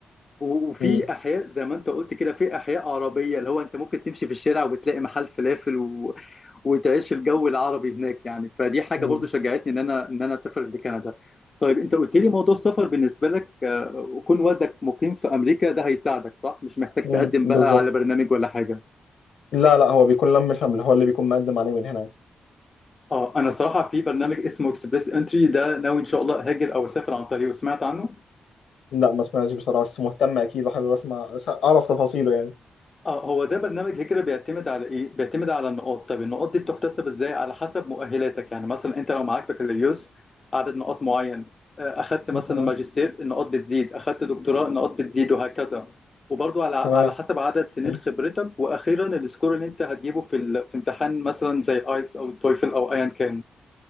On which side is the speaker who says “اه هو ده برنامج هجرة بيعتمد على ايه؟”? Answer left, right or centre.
Left